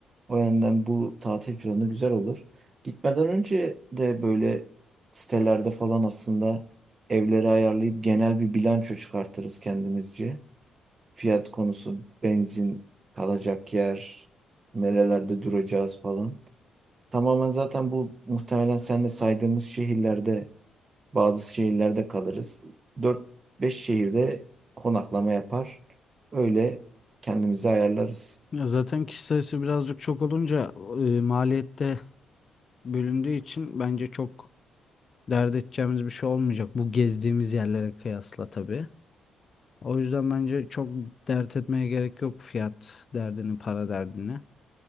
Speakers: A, on the right (about 35°); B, on the left (about 40°).
A: O yönden bu tatil planı güzel olur. Gitmeden önce de böyle sitelerde falan aslında evleri ayarlayıp genel bir bilanço çıkartırız kendimizce. Fiyat konusu, benzin, kalacak yer, nerelerde duracağız falan. Tamamen zaten bu muhtemelen sen de saydığımız şehirlerde bazı şehirlerde kalırız. dört beş şehirde konaklama yapar. Öyle kendimizi ayarlarız.
B: Ya zaten kişi sayısı birazcık çok olunca e, maliyette bölündüğü için bence çok dert edeceğimiz bir şey olmayacak. Bu gezdiğimiz yerlere kıyasla tabii. O yüzden bence çok dert etmeye gerek yok fiyat derdini, para derdini.